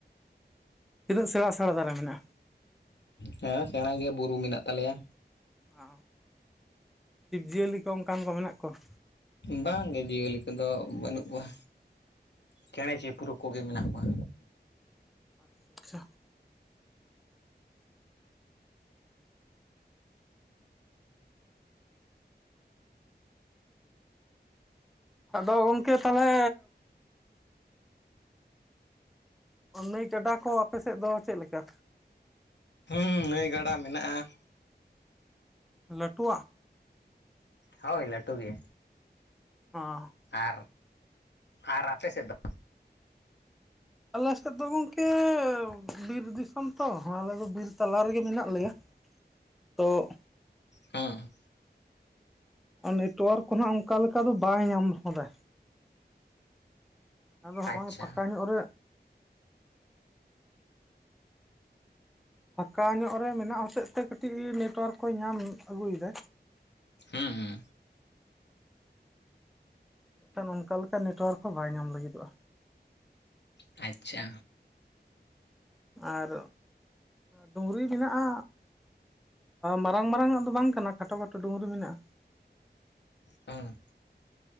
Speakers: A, in the centre; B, on the left (about 85°).
A: ᱛᱤᱱᱟᱹᱜ ᱥᱮᱬᱟ ᱥᱮᱬᱟ ᱫᱟᱨᱮ ᱢᱮᱱᱟᱜᱼᱟ?
B: ᱦᱮᱸ ᱥᱮᱬᱟ ᱜᱮᱭᱟ ᱵᱩᱨᱩ ᱢᱮᱱᱟᱜ ᱛᱟᱞᱮ ᱭᱟ
A: ᱚ ᱡᱤᱵ ᱡᱤᱭᱟᱹᱞᱤ ᱠᱚ ᱚᱱᱠᱟᱱ ᱠᱚ ᱢᱮᱱᱟᱜ ᱠᱚᱣᱟ?
B: ᱵᱟᱝᱜᱮ ᱡᱤᱭᱟᱹᱞᱤ ᱠᱚ ᱫᱚ ᱵᱟᱹᱱᱩᱜ ᱠᱚᱣᱟ ᱪᱮᱬᱮ ᱪᱤᱯᱨᱩ ᱠᱚᱜᱮ ᱢᱮᱱᱟᱜ ᱠᱚᱣᱟ
A: ᱟᱪᱪᱷᱟ ᱟᱪᱪᱷᱟ ᱟᱫᱚ ᱜᱚᱝᱠᱮ ᱛᱟᱦᱞᱮ ᱱᱟᱹᱭ ᱜᱟᱰᱟ ᱠᱚ ᱟᱯᱮ ᱥᱮᱫ ᱫᱚ ᱪᱮᱫ ᱞᱮᱠᱟ?
B: ᱦᱩᱸ ᱱᱟᱹᱭ ᱜᱟᱰᱟ ᱢᱮᱱᱟᱜᱼᱟ
A: ᱞᱟᱹᱴᱩᱣᱟᱜ
B: ᱦᱳᱭ ᱞᱟᱹᱴᱩ ᱜᱮ
A: ᱚᱻ
B: ᱟᱨ ᱟᱨ ᱟᱯᱮ ᱥᱮᱫ ᱫᱚ?
A: ᱟᱞᱮ ᱥᱮᱫ ᱫᱚ ᱜᱚᱝᱠᱮ ᱵᱤᱨ ᱫᱤᱥᱚᱢ ᱛᱚ ᱟᱞᱮ ᱫᱚ ᱵᱤᱨ ᱛᱟᱞᱟ ᱨᱮ ᱜᱮ ᱢᱮᱱᱟᱜ ᱞᱮᱭᱟ
B: <inaudible>
A: ᱛᱚ
B: ᱦᱮᱸ
A: ᱱᱮᱴᱚᱣᱟᱨᱠ ᱠᱚᱦᱟᱸᱜ ᱚᱱᱠᱟ ᱞᱮᱠᱟ ᱫᱚ ᱵᱟᱭ ᱧᱟᱢ ᱦᱚᱫᱟ ᱟᱫᱚ ᱦᱚᱸᱜᱼᱚᱭ
B: ᱟᱪᱪᱷᱟ
A: ᱯᱷᱟᱸᱠᱟ ᱧᱚᱜ ᱨᱮ ᱯᱷᱟᱠᱟ ᱧᱚᱜ ᱨᱮ ᱢᱮᱱᱟᱜ ᱦᱚᱛᱮ ᱛᱮ ᱠᱟᱹᱴᱤᱡ ᱱᱮᱴᱚᱣᱟᱨᱠ ᱠᱚᱭ ᱧᱟᱢ ᱟᱹᱜᱩᱭᱮᱫᱟ
B: ᱦᱮᱸ ᱦᱮᱸ
A: ᱮᱠᱷᱟᱱ ᱚᱱᱠᱟ ᱞᱮᱠᱟ ᱱᱮᱴᱣᱟᱨᱠ ᱦᱚᱸ ᱵᱟᱭ ᱧᱟᱢ ᱞᱟᱹᱜᱤᱫᱚᱜᱼᱟ
B: ᱟᱪᱷᱟ
A: ᱟᱨ ᱰᱩᱝᱨᱤ ᱢᱮᱱᱟᱜᱼᱟ ᱢᱟᱨᱟᱝ ᱢᱟᱨᱟᱝ ᱟᱜ ᱫᱚ ᱵᱟᱝ ᱠᱟᱱᱟ ᱠᱷᱟᱴᱚ ᱠᱷᱟᱴᱚ ᱰᱩᱝᱨᱤ ᱢᱮᱱᱟᱜᱼᱟ
B: ᱦᱮᱸ